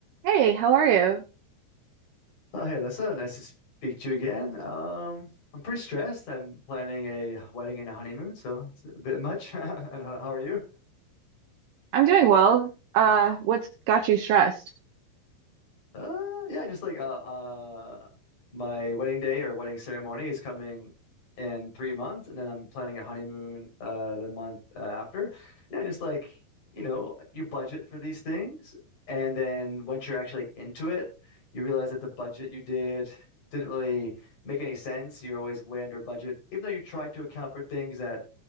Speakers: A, on the right; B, on the left.
A: Hey, how are you?
B: Well, hey, Alyssa, nice to speak to you again. Um, I'm pretty stressed. I'm planning a wedding and a honeymoon, so it's a bit much. <laughs> And How how are you?
A: I'm doing well. Uh, what's got you stressed?
B: Uh, yeah, just like uh, uh, my wedding day or wedding ceremony is coming in three months, and then I'm planning a honeymoon uh the month uh, after. Yeah, just like you know, you budget for these things, and then once you're actually like, into it, you realize that the budget you did didn't really make any sense. You're always way under budget, even though you tried to account for things that